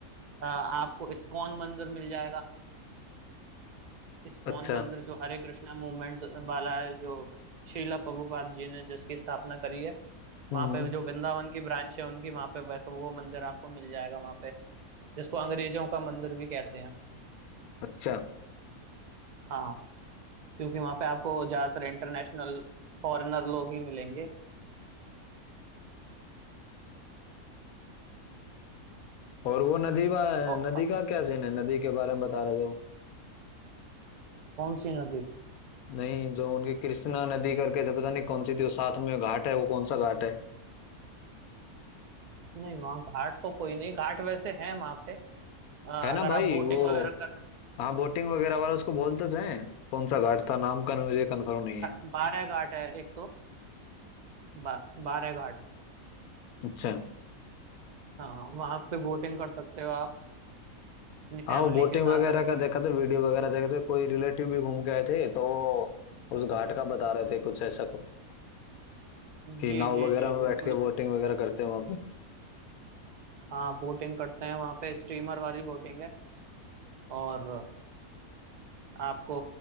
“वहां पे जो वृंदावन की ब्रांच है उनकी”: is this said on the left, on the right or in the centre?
Right